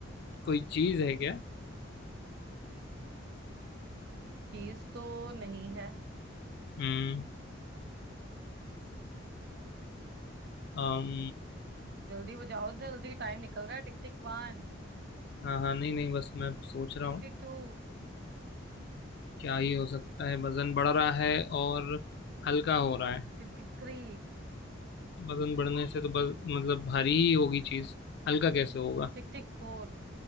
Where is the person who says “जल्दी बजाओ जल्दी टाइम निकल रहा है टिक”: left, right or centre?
Right